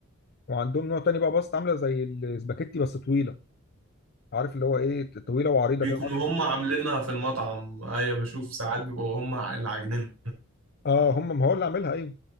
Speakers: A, on the left; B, on the right.
A: وعندهم نوع تاني بقى باستا عامله زي الاسباجيتي بس طويله عارف اللي هو ايه طويله وعريضه
B: بيكونوا
A: كده معرفش
B: هم عاملينها في المطعم ايوه بشوف ساعات بيبقوا هم اللي عاجنين
A: اه هم ما هو اللي عاملها ايوه